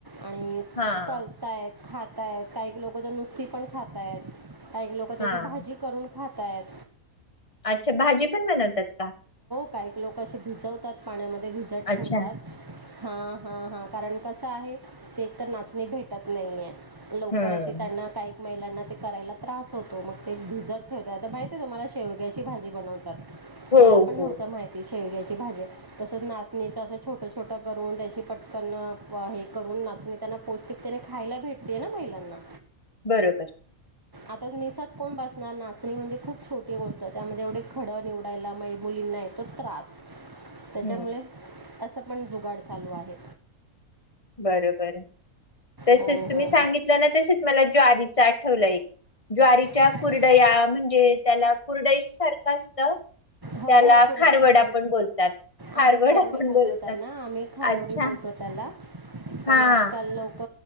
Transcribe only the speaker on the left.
हां,
हां.
अच्छा! भाजी पण बनवतात का?
अच्छा,
हं.
हो,
हो.
बरोबर!
हं.
बरोबर! तसेच
तुम्ही
सांगितलं ना तसेच मला ज्वारी, ठेवलं ज्वारीच्या
कुरडया म्हणजे त्याला कुरडई सारखं असत.
त्याला
खारवड आपण बोलतात. खारवडा
पण
बोलतात.
अच्छा.
हां,